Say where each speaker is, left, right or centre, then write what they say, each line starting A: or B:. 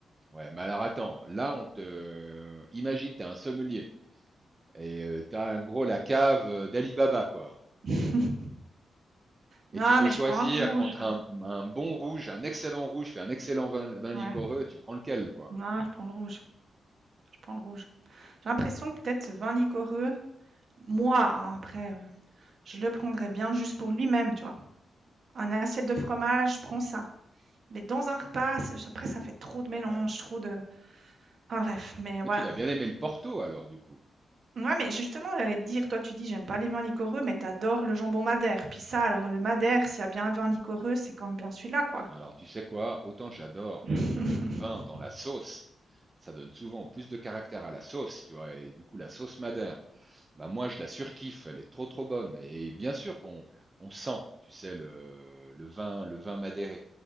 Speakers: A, on the right; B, on the right.
A: Ouais, mais alors attends, là, on te... Imagine, t'es un sommelier. Et euh, t'as en gros la cave euh, d'Alibaba, quoi.
B: <laughs> Non,
A: Et tu peux
B: mais
A: choisir
B: je prends un rouge.
A: entre un, un bon rouge, un excellent rouge, puis un excellent vin, vin
B: Ouais,
A: liquoreux, tu prends lequel, quoi.
B: non, je prends le rouge, je prends le rouge. J'ai l'impression que peut-être ce vin liquoreux, moi, hein, après, heu, je le prendrais bien juste pour lui-même, tu vois? Un assiette de fromage, je prends ça. Mais dans un repas, c'est après ça fait trop de mélange,
A: Ouais.
B: trop de enfin bref, mais voilà.
A: Mais tu dois bien aimer le Porto alors, du coup.
B: Ouais, mais justement, j'allais te dire, toi, tu dis: «J'aime pas les vins liquoreux», mais t'adores le jambon madère. Puis ça, alors le madère, s'il y a bien un vin liquoreux, c'est quand même bien celui-là, quoi.
A: Alors, tu sais quoi? Autant j'adore
B: <laughs>
A: le vin dans la sauce. ça donne souvent plus de caractère à la sauce, tu vois, et du coup la sauce madère, bah moi je la surkiffe, elle est trop trop bonne. Et bien sûr qu'on on sent, tu sais, le, le vin, le vin madéré,